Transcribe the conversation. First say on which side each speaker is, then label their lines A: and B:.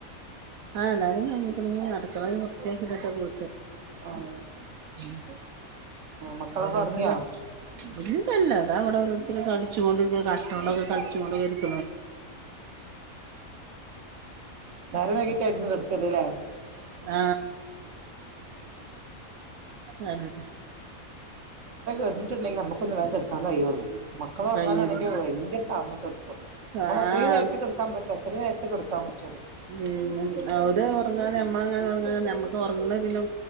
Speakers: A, on the right; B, on the right.
A: <unintelligible> അടുത്ത വി <unintelligible>
B: ഉം
A: <unintelligible>
B: മക്കളൊക്കെ
A: ഓരോരുത്തര
B: ഉറങ്ങിയോ
A: ഇന്തല്ല അതാ അവിടെ ഓരോരുത്തര കളിച്ച കൊണ്ട് കട്ട കൊണ്ടൊക്കെ <unintelligible>
B: <unintelligible> <unintelligible> ട്ടായിരിക്കും കടുക്കല്ലല്ലേ
A: ആ
B: <unintelligible>
A: ആഹ്
B: ഇിട്ടുണ്ടെങ്കിൽ നമ്മുക്കൊന്ന് <unintelligible> <unintelligible> മക്കൾ പററങ്ങാലുണ്ടെങ്കിൽ
A: കയ്യില്
B: ഭയങ്കര താമസംടുക്കോ നമ്മളെത്രയും
A: ആഹ്
B: നേരത്തെ കൊടുക്കാൻ പറ്റോ എത്രയും നേരത്തെ കൊടുക്ക <unintelligible>
A: <unintelligible> ഉറങ്ങാതെ അമ്മങ്ങൻ ഉറങ്ങാ നമുക്ക് ഒറങ്ങണ പിന്നെ